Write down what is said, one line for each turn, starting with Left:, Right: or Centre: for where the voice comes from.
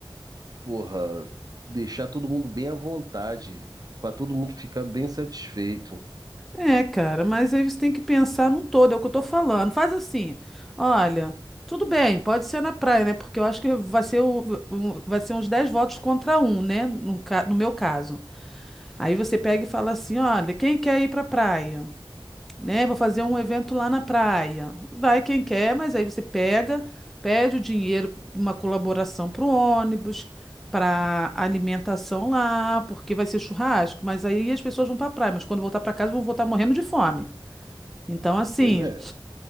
Right: porra, deixar todo mundo bem à vontade, para todo mundo ficar bem satisfeito.
Centre: É, cara, mas aí você tem que pensar num todo, é o que eu tô falando. Faz assim, olha, tudo bem, pode ser na praia, né? Porque eu acho que vai ser, o, o- vai ser uns 10 votos contra um, né? No, ca- no meu caso. Aí você pega e fala assim, olha, quem quer ir pra praia? Né? Vou fazer um evento lá na praia. Vai quem quer, mas aí você pega, pede o dinheiro, uma colaboração pro ônibus, pra alimentação lá, porque vai ser churrasco, mas aí as pessoas vão pra praia, mas quando voltar pra casa vão voltar morrendo de fome. Então, assim,
Right: Pois é,